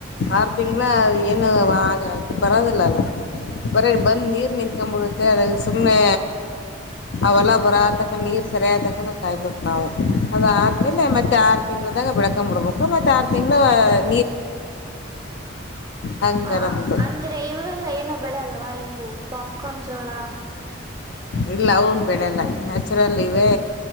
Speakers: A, on the left; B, on the right.
A: ಆರ್ <unintelligible> ತಿಂಗ್ಳಾ ಏನು ಆ ಬರದಿಲ್ಲ ಅಲ್ಲ ಬರೆ ಬಂದ ನೀರು
B: ಹ್ಮ್.
A: ನಿಂತ್ ಕಂಡ್ ಬಿಡುತ್ತೆ ಅದ ಸುಮ್ನೆ ಆ ಹೊಲ ಬರ ತಕ್ಕ ನೀರ್ <unintelligible> ಸರಿಯಾತಕನ ಕಾಯಬೇಕು ನಾವು <unintelligible> ಅದಾದ್ಮೇಲೆ ಮತ್ತೆ ಆರು ತಿಂಗ್ಳದಾಗ ಬೆಳಕಂಡು ಬಿಡ್ಬೇಕು ಮತ್ತೆ ಆರು ತಿಂಗಳ <unintelligible> ಹಂಗಾರ
B: ಹಾ
A: ಮುಂದು
B: ಅಂದ್ರೆ ಇವೆಲ್ಲ ಏನ ಬೆಳೆಲ್ವಾ ಇವು ಪಾಪ <unintelligible> ಕೊಂಜಳ <unintelligible>
A: ಇಲ್ಲ ಅವು ನ್ ಬೆಳೆಯಲ್ಲ ನ್ಯಾಚುರಲ್ ಇವೆ